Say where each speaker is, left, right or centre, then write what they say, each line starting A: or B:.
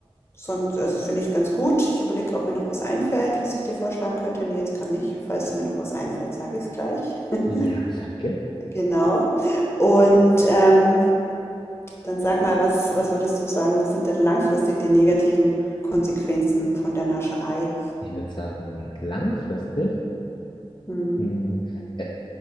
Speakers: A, on the left; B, on the left.
A: Sonst, also finde ich ganz gut. Ich überlege, ob mir noch was einfällt, was ich dir vorschlagen könnte. Nee, jetzt gerade nicht. Falls mir noch was einfällt, sage ich es gleich. <laughs>
B: ja, danke.
A: Genau. Und ähm, dann sag mal, was, was würdest du sagen, was sind denn langfristig die negativen Konsequenzen von der Nascherei?
B: Ich würde sagen, langfristig.
A: Hm.
B: Hm. Äh,